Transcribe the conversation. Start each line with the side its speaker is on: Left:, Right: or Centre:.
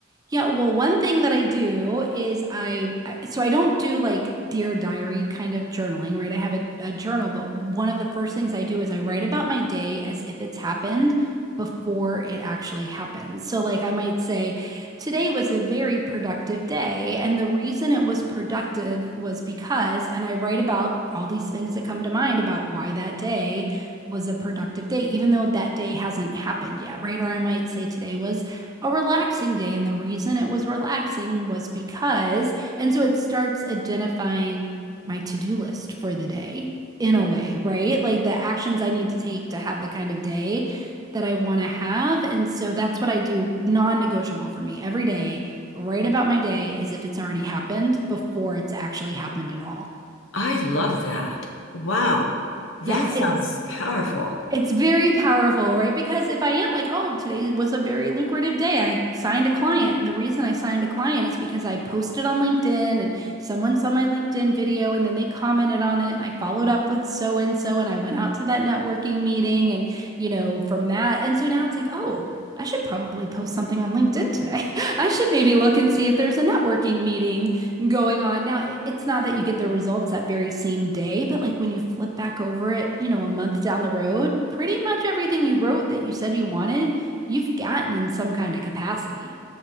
Right: Yeah, well, one thing that I do is I, I so I don't do like Dear Diary kind of journaling, right? I have a, a journal, but one of the first things I do is I write about my day as if it's happened before it actually happens. So, like, I might say, today was a very productive day. And the reason it was productive was because, and I write about all these things that come to mind about why that day was a productive day, even though that day hasn't happened yet, right? Or I might say, today was a relaxing day. And the reason it was relaxing was because, and so it starts identifying my to do list for the day in a way, right? Like the actions I need to take to have the kind of day that I want to have. And so that's what I do, non negotiable for me every day, write about my day as if it's already happened before it's actually happened at all.
Left: I love that. Wow. That
Right: Yeah,
Left: sounds
Right: it's
Left: powerful.
Right: It's very powerful, right? Because if I am like, oh, today was a very lucrative day, I signed a client. And the reason I signed a client is because I posted on LinkedIn and someone saw my LinkedIn video and then they commented on it. And I followed up with so and so and I went out to that networking meeting and, you know, from that. And so now it's like, oh, I should probably post something on LinkedIn today. <laughs> I should maybe look and see if there's a networking meeting going on. Now, it- it's not that you get the results that very same day, but like when you flip back over it, you know, a month down the road, pretty much everything you wrote that you said you wanted, you've gotten in some kind of capacity.